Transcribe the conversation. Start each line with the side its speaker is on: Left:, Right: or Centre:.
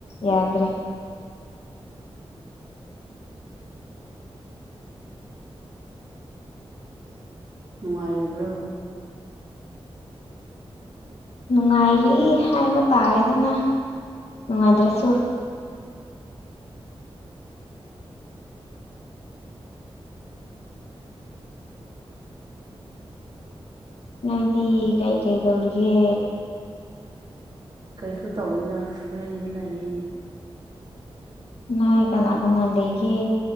Left: ꯌꯥꯗ꯭ꯔꯦ
Right: ꯅꯨꯡꯉꯥꯏꯔꯤꯕ꯭ꯔꯣ
Left: ꯅꯨꯡꯉꯥꯏꯔꯤ ꯍꯥꯏꯕ ꯇꯥꯔꯦꯗꯅ ꯅꯨꯡꯉꯥꯏꯗ꯭ꯔꯁꯨ ꯅꯣꯏꯗꯤ ꯀꯩ ꯀꯩ ꯇꯧꯔꯤꯒꯦ
Right: ꯀꯩꯁꯨ ꯇꯧꯗꯦꯗ ꯐ꯭ꯔꯤ ꯂꯩꯌꯦ
Left: ꯅꯣꯏ ꯀꯅꯥ ꯀꯅꯥ ꯂꯩꯒꯦ